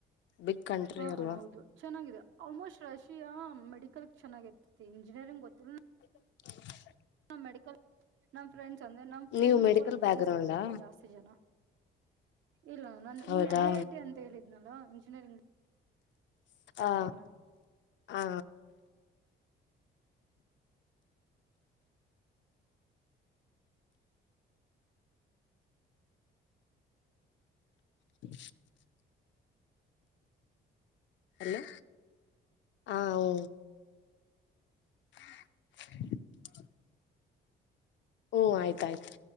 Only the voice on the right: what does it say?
ಹ
ಹೌದು ಚೆನ್ನಾಗಿದೆ ಆಲ್ಮೋಸ್ಟ್ ರಶಿಯಾ ಮ ಮೆಡಿಕಲ್ಕ್ ಚೆನ್ನಾಗಿರ್ತಿ ಇಂಜಿನಿಯರಿಂಗ್ ಗೊತ್ತಿಲ್
ಹಾ ಮೆಡಿಕಲ್ ನಮ್ ಫ್ರೆಂಡ್ಸ್ ಅಂದ್ರೆ ನಮ್ಮ ಫ್ರೆಂಡ್
ಅವ್ರರ ಫ್ರೆಂಡ್ಸ್
ಇದರಲ್ಲಲ್ಲಿ ಜಾಸ್ತಿ ಜನ ಇಲ್ಲ ನಾನು
ಈ ಐ ಐ ಟಿ ಅಂತ ಹೇಳಿದ್ನಲ್ಲ ಇಂಜಿನಿಯರಿಂಗ್ ಬ್ಯಾಕ್
ಗ್ರೌಂಡ್